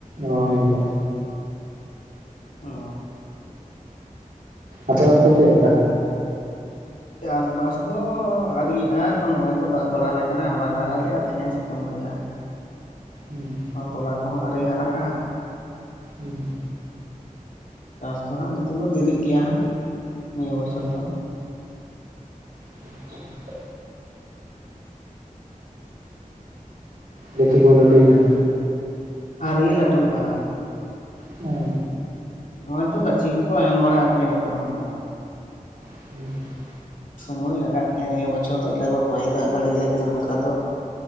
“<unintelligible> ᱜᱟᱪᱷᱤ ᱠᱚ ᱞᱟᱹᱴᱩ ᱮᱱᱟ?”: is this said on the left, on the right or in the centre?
Right